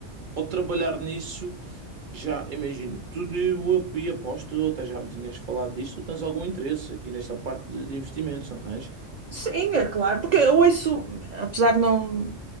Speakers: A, on the right; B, on the right.
A: ao trabalhar nisso, já imagina, tu e eu- e aposto, até já me tinhas falado disso, tens algum interesse aqui nesta parte de, de investimentos, não tens?
B: Sim, é claro. Porque eu ouço, apesar de não,